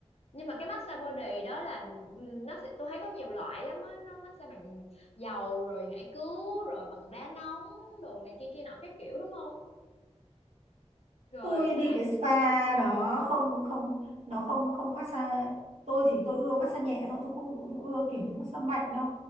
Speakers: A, on the left; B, on the right.
A: nhưng mà cái massage body đó là ừm, nó sẽ tôi thấy có nhiều loại lắm á, nó massage bằng dầu rồi ngải cứu rồi bằng đá nóng đồ này kia kia nọ cái kiểu đúng không? Rồi
B: tôi đi
A: tôi thấy
B: cái spa đó không không nó không không massage tôi thì tôi ưa massage nhẹ thôi tôi không, không ưa kiểu massage mạnh đâu